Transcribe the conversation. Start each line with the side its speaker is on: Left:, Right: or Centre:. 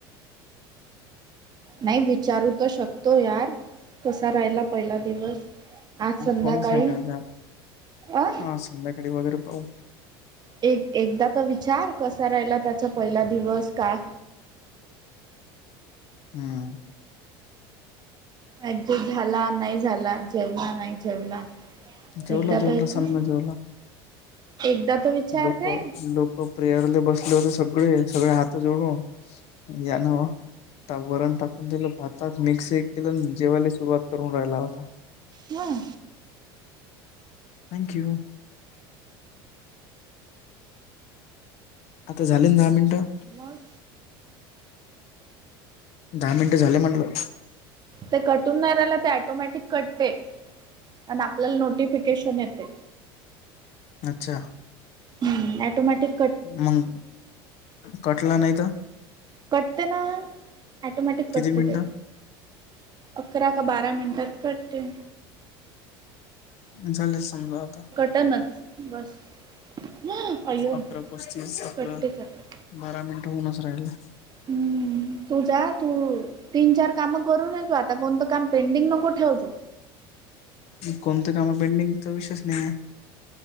Right: नाही विचारू तर शकतो यार कसा राहिला पहिला दिवस. आज संध्याकाळी
Left: फोनच नाही करत
Right: अ
Left: हा संध्याकाळी वगैरे पाहू.
Right: एक एकदा तर विचार कसा राहिला त्याचा पहिला दिवस का
Left: हम्म.
Right: एकदेट झाला नाही झाला जेवला नाही जेवला. एकदा
Left: जेवला जेवला
Right: तर विचार
Left: सनना जेवला
Right: एकदा तर विचार
Left: लोक
Right: रे
Left: लोक हो प्रेयरले बसले होते सगळे सगळे हात जोडून या नव वरण टाकून दिलं भात त मिक्स एक केलं जेवायला सुरुवात करून राहिला होता.
Right: होय.
Left: Thank you. आता झाले दहा मिनिटं.
Right: मग
Left: दहा मिनिट झाले म्हटलं
Right: ते कटूनाऱ्याला ते ऐटोमॅटिक कटते आणि आपल्याला नोटिफिकेशन येते.
Left: अच्छा.
Right: हम्म ॲटोमॅटिक
Left: मग कटला नाही तर.
Right: कटतेना टोमॅटिक कटते
Left: किती मिनिटं
Right: ते. अकरा का बारा मिनिटात कटते.
Left: झाले समजा आता
Right: त्याच बस <unintelligible> अय्यो
Left: अकरा पस्तीस अकरा
Right: कटतेच आता
Left: बारा मिनिट होऊनच राहिल
Right: हम्म तुझ तू तीन चार काम करून येतो आता कोणतं काम पेंडिंग नको ठेवू
Left: कोणत्या काम पेंडिंगचा विषेय नाहीय